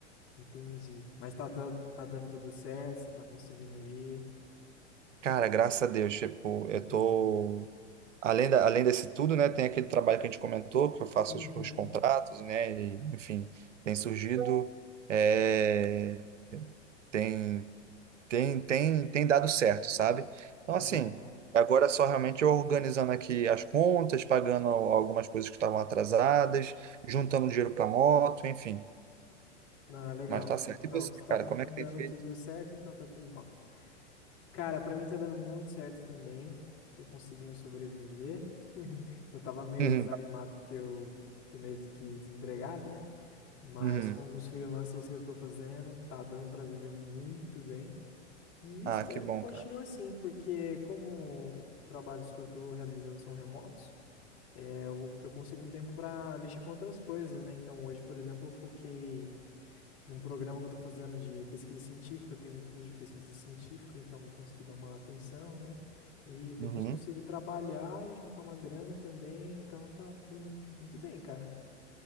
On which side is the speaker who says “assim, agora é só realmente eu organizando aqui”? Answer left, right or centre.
Right